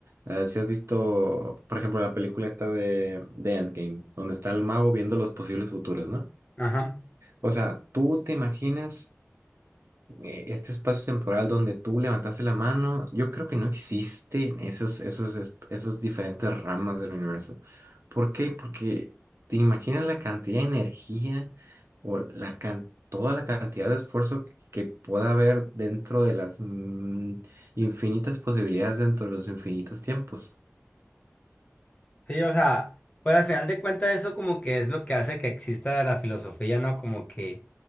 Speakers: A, on the right; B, on the left.
A: eh, si has visto, por ejemplo, la película esta de, de Endgame, donde está el mago viendo los posibles futuros, ¿no?
B: Ajá.
A: O sea, tú te imaginas eh, este espacio temporal donde tú levantaste la mano, yo creo que no existen esos, esos, es- esos diferentes ramas del universo. ¿Por qué? Porque te imaginas la cantidad de energía o la can- toda la cantidad de esfuerzo que pueda haber dentro de las mm, infinitas posibilidades dentro de los infinitos tiempos.
B: Sí, o sea, pues al final de cuentas eso como que es lo que hace que exista la filosofía, ¿no? Como que,